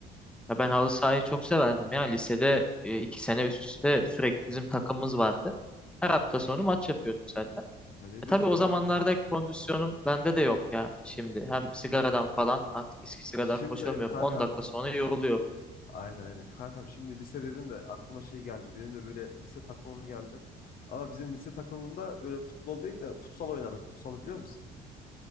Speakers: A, in the centre; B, on the left.
A: Ya ben halı sahayı çok severdim ya. Lisede e, iki sene üst üste sürekli bizim takımımız vardı. Her hafta sonu maç yapıyorduk zaten.
B: Ya ne
A: E
B: diyorsun
A: tabii o
B: kanka
A: zamanlarda
B: sen?
A: kondisyonum bende de yok ya şimdi. Hem sigaradan falan artık eskisi
B: Şimdi
A: kadar koşamıyorum.
B: kankam
A: on dakika sonra yoruluyorum.
B: aynen aynen. Kankam şimdi lise dedin de aklıma şey geldi. Benim de böyle lise takımım geldi. Ama bizim lise takımımda böyle futbol değil de futsal oynardık. Futsalı biliyor musun?